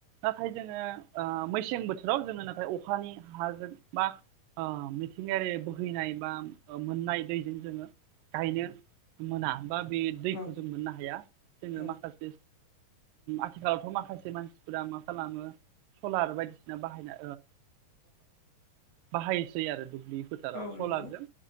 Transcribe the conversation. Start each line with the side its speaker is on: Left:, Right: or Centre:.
Right: नाथाय जोङो मेसें बोथोराव जोङो नाथाय अखानि हाजों बा मिथिंगायारि बोहैनाय बा मोननाय दैजों जोङो गायनो मोना बा बे दैखौ
Left: औ
Right: जों मोननो हाया जोङो
Left: औ
Right: माखासे आथिखालावथ' माखासे मानसिफोरा मा खालामो सलार बायदिसिना बाहायना बाहायसै आरो दुब्लि फोथाराव
Left: औ
Right: सलारजों
Left: नंगौ